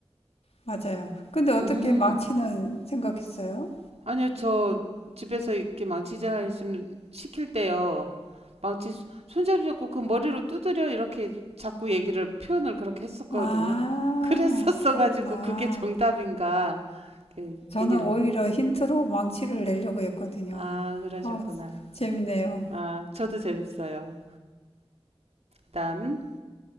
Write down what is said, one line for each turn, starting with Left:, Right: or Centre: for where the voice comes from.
Left: 맞아요 근데 어떻게
Right: 음.
Left: 망치는 생각했어요?
Right: 아니요, 저 집에서 이렇게 망치질 하시면 시킬 때요. 망치 손- 손잡이 잡고 그 머리로 두드려 이렇게 자꾸 얘기를 표현을 그렇게 했었거든요.
Left: 아
Right: <laughs> 그랬었어
Left: 그렇구나
Right: 가지고 그게 정답인가 이렇게
Left: 저는
Right: 얘기를
Left: 오히려 힌트로 망치를 내려고 했거든요
Right: 아 그러셨구나.
Left: 아 재밌네요
Right: 아 저도 재밌어요. 그다음